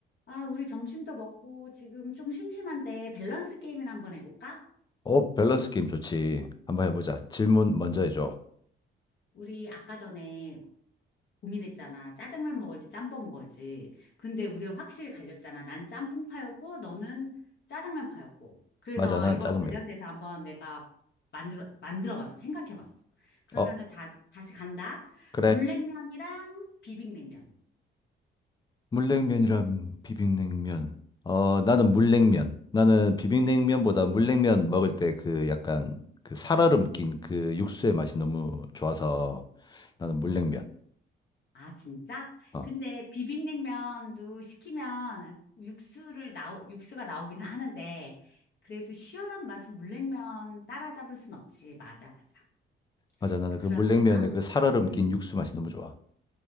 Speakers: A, on the left; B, on the left.
A: 아, 우리 점심도 먹고 지금 좀 심심한데 밸런스 게임이나 한번 해볼까?
B: 어, 밸런스 게임 좋지. 한번 해보자. 질문 먼저 해줘.
A: 우리 아까 전에 고민했잖아. 짜장면 먹을지 짬뽕 먹을지. 근데 우리가 확실히 갈렸잖아. 난 짬뽕파였고 너는 짜장면파였고. 그래서
B: 맞아, 나는
A: 이걸
B: 짜장면.
A: 관련돼서 한번 내가 만들어 만들어봤어. 생각해봤어. 그러면은
B: 어,
A: 다 다시 간다.
B: 그래.
A: 물냉면이랑 비빔냉면.
B: 물냉면이랑 비빔냉면. 어, 나는 물냉면. 나는 비빔냉면보다 물냉면 먹을 때 그 약간 그 살얼음 낀 그 육수의 맛이 너무 좋아서 나는 물냉면.
A: 아, 진짜?
B: 어,
A: 근데 비빔냉면도 시키면 육수를 나오, 육수가 나오기는 하는데, 그래도 시원한 맛은 물냉면 따라잡을 순 없지. 맞아, 맞아.
B: 맞아. 나는
A: 그러면,
B: 그 물냉면에 그 살얼음
A: 음,
B: 낀 육수 맛이 너무 좋아.